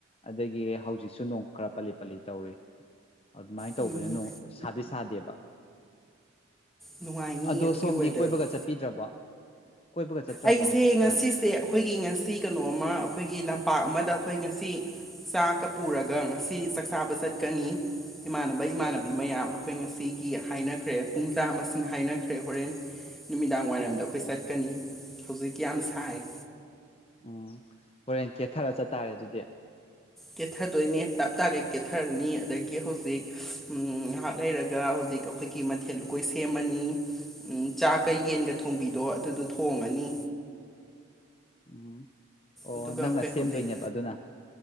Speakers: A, on the left; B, in the centre.
A: ꯑꯗꯒꯤ ꯍꯧꯖꯤꯛꯁꯨ ꯅꯣꯡ ꯈꯔ ꯄꯂꯤ ꯄꯜꯂꯤ ꯇꯧꯔꯤ ꯑꯗꯨꯃꯥꯏꯅ ꯇꯧꯕꯅꯤ
B: ꯎꯝ
A: ꯅꯣꯡ ꯁꯥꯗꯤ ꯁꯥꯗꯦꯕ
B: ꯅꯨꯡꯉꯥꯏꯅꯤ
A: ꯑꯗꯣ
B: ꯑꯗꯨꯒꯤ
A: ꯁꯣꯝꯗꯤ
B: ꯋꯦꯗꯔꯗꯣ
A: ꯀꯣꯏꯕꯒ ꯆꯠꯄꯤꯗ꯭ꯔꯕ ꯀꯣꯏꯕꯒ ꯆꯠꯇ꯭ꯔꯕꯣ
B: ꯑꯩꯁꯦ
A: ꯍꯧꯖꯤꯛꯀꯥꯟ
B: ꯉꯁꯤꯁꯦ ꯑꯩꯈꯣꯏꯒꯤ ꯉꯁꯤ ꯀꯩꯅꯣꯝꯃ ꯑꯩꯈꯣꯏꯒꯤ ꯂꯝꯄꯥꯛ ꯑꯃꯗ ꯑꯩꯈꯣꯏ ꯉꯁꯤ ꯆꯥꯛꯀ ꯄꯨꯔꯒ ꯉꯁꯤ ꯆꯥꯛꯆꯥꯕ ꯆꯠꯀꯅꯤ ꯏꯃꯥꯟꯅꯕ ꯏꯃꯥꯟꯅꯕꯤ ꯃꯌꯥꯝ ꯑꯩꯈꯣꯏ ꯉꯁꯤꯒꯤ ꯍꯥꯏꯅꯈ꯭ꯔꯦ ꯄꯨꯡꯖꯥ ꯃꯁꯤꯡ ꯍꯥꯏꯅꯈ꯭ꯔꯦ ꯍꯣꯔꯦꯟ ꯅꯨꯃꯤꯗꯥꯡ ꯋꯥꯏꯔꯝꯗ ꯑꯩꯈꯣꯏ ꯆꯠꯀꯅꯤ ꯐꯖꯤꯨꯇꯌꯥ ꯑꯃ ꯆꯥꯏ
A: ꯎꯝ ꯍꯣꯔꯦꯟ ꯀꯦꯊꯔ ꯆꯠꯇꯥꯥꯔꯦ ꯑꯗꯨꯗꯤ
B: ꯀꯦꯊꯗꯣꯏꯅꯦ ꯇꯞ ꯇꯥꯒ ꯀꯦꯠꯊꯔꯅꯤ ꯑꯗꯒꯤ ꯍꯧꯖꯤꯛ ꯉꯥꯏꯍꯥꯛ ꯂꯩꯔꯒ ꯍꯧꯖꯤꯛ ꯑꯛ ꯑꯩꯈꯣꯏꯒꯤ ꯃꯊꯦꯜ ꯂꯨꯀꯣꯏ ꯁꯦꯝꯃꯅꯤ ꯎ ꯆꯥꯛꯀ ꯌꯦꯟꯒ ꯊꯣꯡꯕꯤꯗꯣ ꯑꯗꯨꯗꯣ ꯊꯣꯡꯉꯅꯤ
A: ꯎꯝ ꯑꯣ
B: ꯑꯗꯨꯒ
A: ꯅꯪꯅ
B: ꯑꯩꯈꯣꯏ
A: ꯁꯦꯝꯗꯣꯏꯅꯦꯕ
B: ꯍꯧꯖꯤꯛ
A: ꯑꯗꯨꯅ